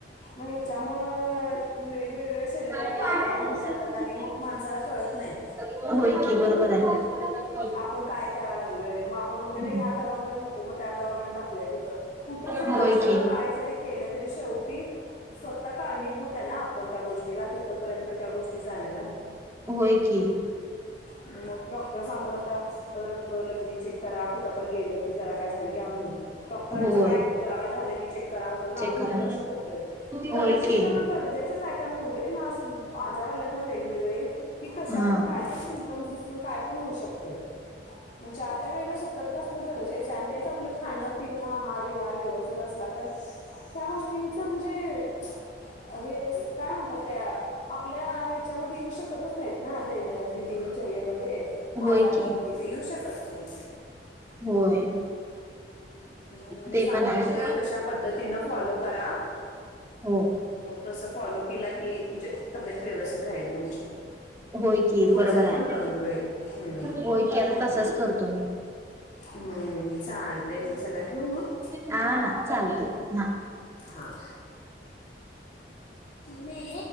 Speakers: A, on the left; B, on the right.
A: मग ह्याच्यामुळं वेगवेगळ्या शरीरात
B: आहे
A: आजार होत जातात आणि मग माणसाला कळत नाही
B: <inaudible> होय की, <inaudible> बरोबर आहे.
A: आपण काय कराय लागलोय, मग आपण म्हणते
B: हम्म
A: नाही ह्या दवाखान्यात नको, मग त्या दवाखान्या दाखवूया तिथं. कुठ जरी
B: होय
A: दाखवलं,
B: की.
A: काय जरी केलं, तरी शेवटी स्वतः कारणीभूत आहे ना आपण त्या गोष्टीला, तिथपर्यंत त्या गोष्टी जाण्याला.
B: हो की.
A: मग डॉक्टर सांगतात आता रक्त लगवी चेक करा, कुठं पण गेलं कि जरा काय झाल की, डॉक्टरांच
B: होय
A: काय जरा काय झालं की चेक करा म्हणतात. मग
B: चेक
A: आपण
B: करा.
A: दुर्लक्ष करतोय. खरं
B: होय
A: तर चेक
B: की
A: करण ज गरजेचं काय काय ना एवढे ना अस आजार आलेत ना वेगवेगळे कि, कशातन
B: हा हो. हा.
A: काय पण सिम्टम्सस पण काय पण होऊ शकते. ण ज्या त्या वेळेला सतर्क असणं गरजेचं आहे. आणि तेच आपलं खाणं पिणं आहार विहार व्यवस्थित असला तर ह्या गोष्टींच म्हणजे हे, काय म्हणतात त्या आपल्या त्याच्यामध्ये येऊ शकतच नाहीत ना दैन- दिनचर्येमध्ये.
B: होय
A: आजार
B: की
A: पण हे ते येऊ शकत नाही.
B: होय.
A: म् मी
B: ते
A: सांगितलोय
B: पण आहे.
A: तशा पद्धतीनं फॉलो करा.
B: हो.
A: तसं फॉलो केला की, म्हणजे तब्येत व्यवस्थित राहील. तुमची
B: होय की
A: वजन
B: बरोबर आहे.
A: पण कमी होईल. हम्म.
B: होय की आता तसच करतो मी.
A: हम्म, चाल ते मग चला ठेवू मग?
B: हा हा चालते. हा
A: हां. मम्मी